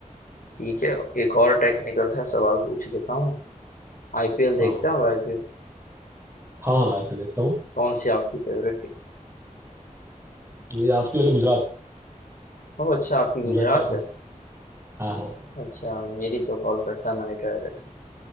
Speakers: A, on the left; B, on the right.
A: ठीक है एक और टेक्निकल सा सवाल पूछ लेता हूँ मैं आईपीएल देखते
B: हाँ
A: हो आईपीएल
B: हाँ हाँ आइए देखता हूँ
A: कौन सी आपकी फेवरेट टीम
B: ये आपके वाले गुजरात
A: ओ अच्छा आपकी गुजरात
B: गुजरात टाइटंस
A: है
B: हाँ हाँ
A: अच्छा मेरी तो कोलकाता नाइट राइडर्स है